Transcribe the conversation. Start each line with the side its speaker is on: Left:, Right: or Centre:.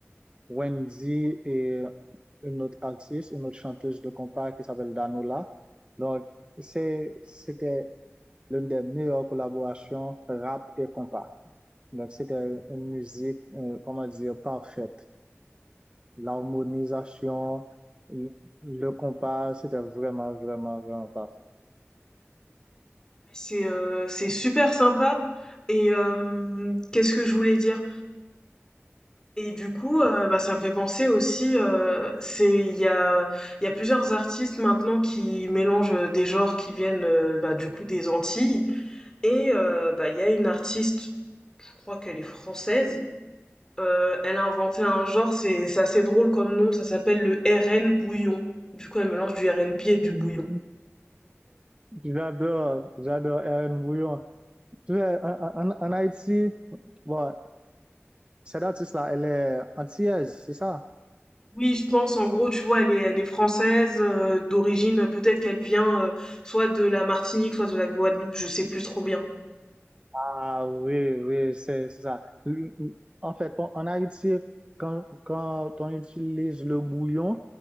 Right: Wendy et une autre artiste, une autre chanteuse de compas qui s'appelle Danola. Donc, c'est, c'était l'une des meilleures collaborations rap et compas. Donc, c'était une musique, euh, comment dire, parfaite. L'harmonisation, le compas, c'était vraiment, vraiment, vraiment parfait.
Left: C'est euh, c'est super sympa. Et euh, qu'est-ce que je voulais dire? Et du coup, heu, bah, ça me fait penser aussi, heu, c'est il y a il y a plusieurs artistes maintenant qui mélangent, heu, des genres qui viennent, heu, bah, du coup des Antilles et heu, bah, il y a une artiste, je crois qu'elle est française, heu, elle a inventé un genre, c'est c'est assez drôle comme nom, ça s'appelle le RN bouillon. Du coup, elle mélange du RnB et
Right: <laughs>
Left: du bouillon.
Right: J'adore, j'adore Erin Bouillon. Tu sais, en, en- en Haïti, bon, cette artiste-là, elle est antillaise, c'est ça?
Left: Oui, je pense, en gros, tu vois, elle est elle est française, heu, d'origine, peut-être qu'elle vient, heu, soit de la Martinique, soit de la Guadeloupe, je sais plus trop bien.
Right: Ah oui, oui, c'est c'est ça. L- l- En fait, en en Haïti, quand, quand on utilise le bouillon,